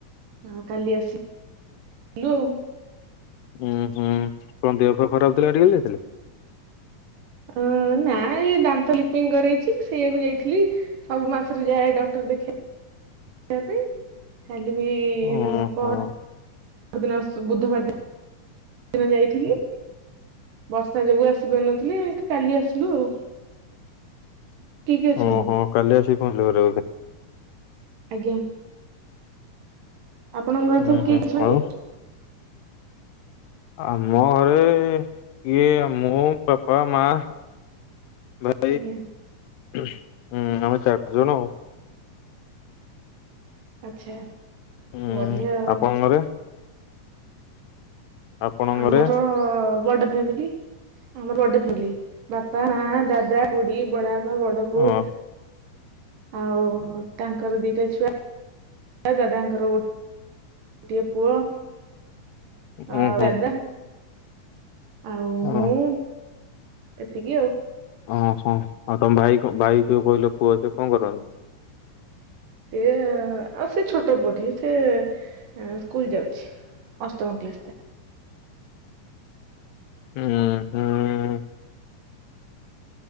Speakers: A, on the right (about 80°); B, on the left (about 85°).
A: ଆଉ କାଲି ଆସିଲୁ ଆଉ।
B: ଉୁଁ ହୁଁ କଣ ଦେହ ପାଆ ଖରାପଥିଲା ମେଡିକାଲ ଯାଇଥିଲ?
A: ହଁ ନା ଏଇ ଦାନ୍ତ ଲିପିଙ୍ଗ କରେଇଛି ସେଇଆକୁ ଯାଇଥିଲି ସବୁ ମାସରେ ଯାଏ ଡକ୍ଟର ଦେଖେ ଇବା ପାଇଁ କାଲି ବି
B: ଓହୋ
A: ପହର୍ ଦିନ ବୁଧବାର ଦିନ ଦିନ ଯାଇଥିଲି ବର୍ଷା ଯୋଗୁ ଆସିପାରୁନଥିଲି କାଲି ଆସିଲୁ ଆଉ।
B: <inaudible>
A: କିଏ କିଏ ଅଛନ୍ତି?
B: ଓହୋ କାଲି ଆସି ପହଞ୍ଚିଲେ ଘରେ ବୋଧେ?
A: ଆଜ୍ଞା। ଆପଣଙ୍କ ଘରେ
B: ହୁଁ
A: ସବୁ କିଏ
B: ହୁଁ
A: ଅଛନ୍ତି?
B: ଆଉ ଆମ ଘରେ ଇଏ ମୁଁ ପାପା ମା <unintelligible>
A: ଆଜ୍ଞା।
B: ହୁଁ ଆମେ ଚାରି ଜଣ ଆଉ।
A: ଆଚ୍ଛା
B: ହୁଁ
A: ବଢ଼ିଆ ଆଉ
B: ଆପଣଙ୍କ ଘରେ ଆପଣଙ୍କ
A: ଆମର
B: ଘରେ
A: ବଡ଼ ଫ୍ୟାମିଲି ଆମର ବଡ଼ <unintelligible> ବାପା ମା ଦା ଦା ଖୁଡ଼ି ବଡ଼ାବା ବଡ଼ ବୋଉ
B: ହଁ
A: ଆଉ ତାଙ୍କର ଦିଟା ଛୁଆ ଦାଦାଙ୍କର ଗୋ ଟିଏ ପୁଅ
B: ଉଁ
A: ଆଉ
B: ହୁଁ
A: ଦାଦା ଆଉ
B: ହଁ।
A: ମୁଁ ଏତିକି ଆଉ।
B: ଓହୋ ଆଉ ତମ ଭାଇ କ ଭାଇ ଯୋଉ କହିଲ ପୁଅ ସେ କଣ କରନ୍ତି?
A: ସିଏ ଆଉ ସେ ଛୋଟ ପୁଅଟିଏ ସିଏ ସ୍କୁଲ ଯାଉଛି। ଅଷ୍ଟମ କ୍ଲାସ ତା
B: ଅଁ ହଁ।